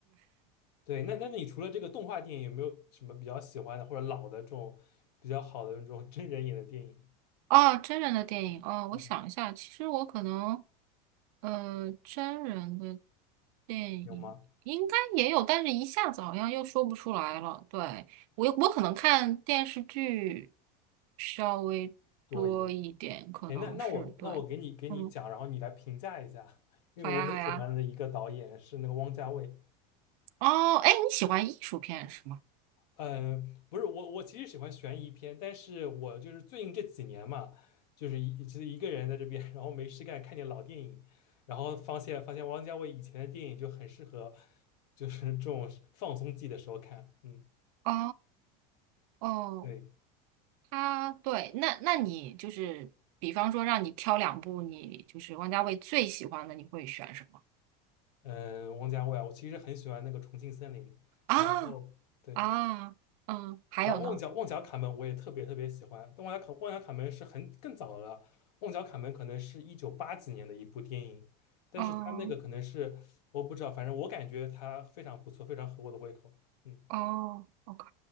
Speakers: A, on the left; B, on the right.
A: 对。那那你除了这个动画电影，有没有什么比较喜欢的或者老的这种比较好的这种真人演的电影？
B: 哦，真人的电影哦，
A: 嗯，
B: 我想一下，其实我可能，呃，真人的电影应该也有，
A: 有吗？
B: 但是一下子好像又说不出来了。对，我我可能看电视剧稍微多一点，
A: 多一点。
B: 可能是对，
A: 哎，那那我那我给你给你讲，
B: 嗯，
A: 然后你来评价一下，<laughs> 因为我很喜欢的一个导演是那个汪家卫。
B: 好呀好呀。哦，哎，你喜欢艺术片是吗？
A: 嗯，不是我，我其实喜欢悬疑片，但是我就是最近这几年嘛，就是一就是一个人在这边，然后没事干看点老电影，然后发现发现汪家卫以前的电影就很适合，就是这种放松自己的时候看。嗯，
B: 哦哦，
A: 对，
B: 他对，那那你就是，比方说让你挑两部你就是王家卫最喜欢的，你会选什么？
A: 嗯，汪家卫啊，我其实很喜欢那个《重庆森林》，
B: 啊
A: 然后对。
B: 啊，嗯，还有呢，
A: 然后旺角旺角卡门我也特别特别喜欢，但旺角卡旺角卡门是很更早的了，旺角卡门可能是一九八几年的一部电影，但是他那个可能是我不知道，
B: 哦
A: 反正我感觉它非常不错，非常合我的胃口。嗯，
B: 哦，OK，